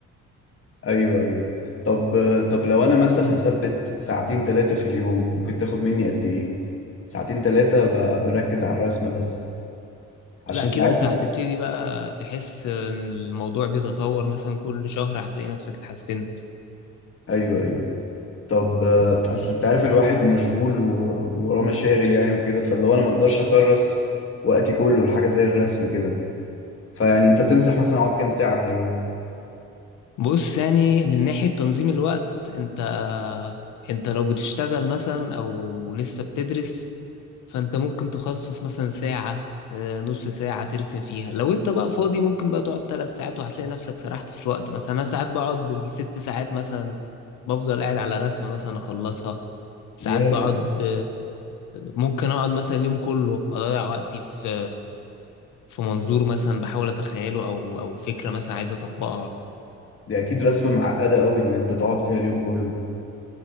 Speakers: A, on the left (about 45°); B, on the left (about 80°).
A: أيوه أيوه طب آه، طب لو أنا مثلا هثبت ساعتين تلاتة في اليوم ممكن تاخد مني قد إيه؟ ساعتين تلاتة ب- مركز على الرسم بس عشان
B: لا كده
A: تعرف
B: انت هتبتدي بقى تحس ان الموضوع بيتطور مثلا كل شهر هتلاقي نفسك اتحسنت
A: أيوه أيوه طب آه، اصل انت عارف الواحد مشغول و- ووراه مشاغل يعني وكده فاللي هو انا ما اقدرش اكرس وقتي كله لحاجه زي الرسم كده فيعني انت تنصح مثلا اقعد كام ساعه في اليوم
B: بص يعني من ناحية تنظيم الوقت انت انت لو بتشتغل مثلا او لسه بتدرس فانت ممكن تخصص مثلا ساعة آه، نص ساعة ترسم فيها لو انت بقى فاضي ممكن بقى تقعد ثلاث ساعات وهتلاقي نفسك سرحت في الوقت مثلا انا ساعات بقعد بالست ساعات مثلا بفضل قاعد على رسمة مثلا اخلصها ساعات
A: ياه
B: بقعد ب... ممكن اقعد مثلا اليوم كله اضيع وقتي في في منظور مثلا بحاول اتخيله او او فكرة مثلا عايز اطبقها
A: دي اكيد رسمه معقده قوي ان انت تقعد فيها اليوم كله